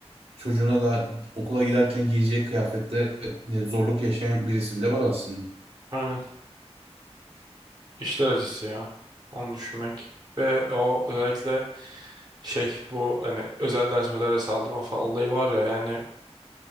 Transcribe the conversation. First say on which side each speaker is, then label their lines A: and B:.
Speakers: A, on the right (about 60°); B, on the right (about 40°).
A: çocuğuna da okula giderken giyeceği kıyafette e, zorluk yaşayan birisi bile var aslında.
B: Aynen. İşler acısı ya. Onu düşünmek. Ve o özellikle şey bu hani özel ders özel ders aldırma falan olayı var ya yani